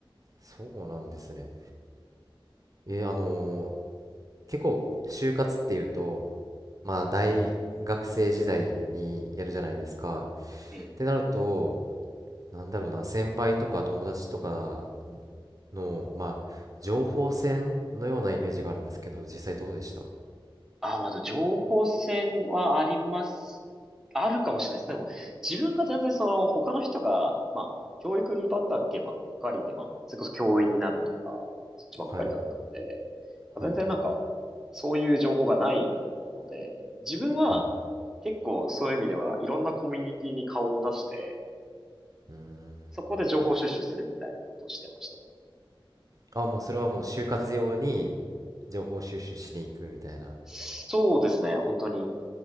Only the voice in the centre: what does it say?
ええ
あ、まあ、でも情報戦はあります。あるかもしれないです。でも、自分が全然その、他の人が、まあ、教育畑ばっかりで、まあ、それこそ教員になるとか、そっちばっかりだったので、
まあ全然なんか、
そういう情報がないので、自分は結構そういう意味では、
いろんなコミュニティに顔を出して、
そこで情報収集するみたいなことをしてましたね。
そうですね、本当に。